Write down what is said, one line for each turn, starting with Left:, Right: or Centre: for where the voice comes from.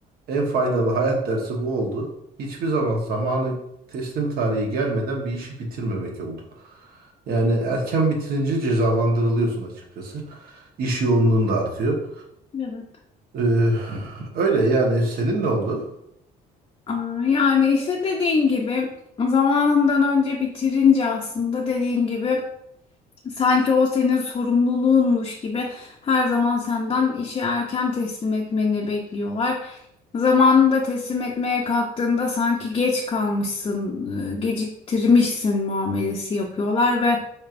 Right: en faydalı hayat dersi bu oldu. Hiçbir zaman zamanı teslim tarihi gelmeden bir işi bitirmemek oldu. Yani erken bitirince cezalandırılıyorsun açıkçası. İş yoğunluğun da artıyor.
Left: evet.
Right: Ee, öyle yani senin ne oldu?
Left: Aa, yani işte dediğin gibi zamanından önce bitirince aslında dediğin gibi Sanki o senin sorumluluğunmuş gibi her zaman senden işi erken teslim etmeni bekliyorlar. Zamanında teslim etmeye kalktığında sanki geç kalmışsın, e, geciktirmişsin muamelesi yapıyorlar ve